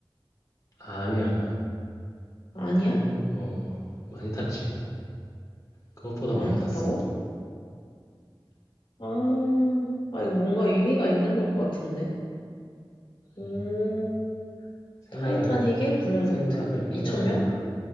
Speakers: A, on the left; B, on the left.
A: 아니야,
B: 아니야?
A: 한 명, 어, 많이 탔지. 그것보다
B: 많이
A: 많이
B: 탔다고?
A: 탔어.
B: 아, 아, 이거 뭔가 의미가 있는 것 같은데. 오,
A: 예. 생각을
B: 타이타닉의 구명보트?
A: 생각을 조금
B: 2천명
A: 어.